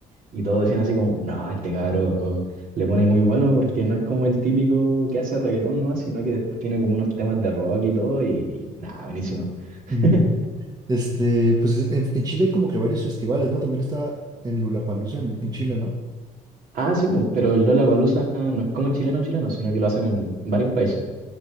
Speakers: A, on the right; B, on the right.
A: Y todos decían así como, no, este cabrón le pone muy bueno porque no es como el típico que hace reggaetón, ¿no? Sino que después tiene como unos temas de rock y todo y nada, buenísimo. <laughs>
B: Mm. Este, pues en, en Chile hay como que varios festivales, ¿no? También está en Lollapalooza en, en Chile, ¿no?
A: Ah, sí, pues, pero el Lollapalooza no es como chileno chileno, sino que lo hacen en varios países.